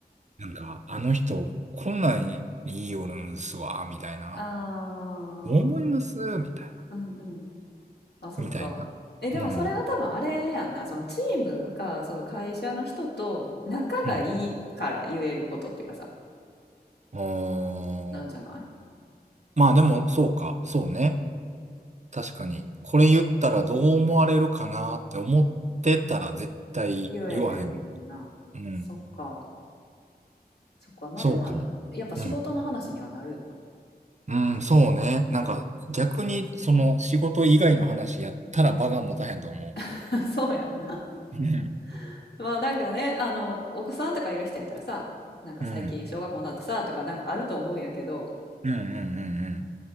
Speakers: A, on the right (about 45°); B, on the left (about 80°).
A: なんか、あの人、こんなんいいよるんすわ、みたいな。
B: あ。ああ。
A: 思いますみたいな。
B: うんうん。あ、そっか。
A: みたいな。
B: え、でもそれは多分あれやんな。
A: うん。
B: そのチームか、その会社の人と仲がいいから言えることっていうかさ、
A: うんうー
B: なんじゃない
A: ん。まあでも、そうか。そうね。確かに。これ言ったらどう思われるかなって思ってたら絶対言わへん。
B: 言えへんな。
A: うん。
B: そっか。そっか。まあでも、
A: そうかも。
B: やっぱ仕事の話にはなるよな。
A: うん。うん、そうね。なんか、逆に、その、仕事以外の話やったら場が持たへんと思
B: <laughs> そうやんな。
A: う。うん。
B: <laughs> まあなんかね、あの、お子さんとかいる人やったらさ、なんか最近小学校になってさ、
A: うん。
B: とかなんかあると思うんやけど、
A: うんうんうんうん。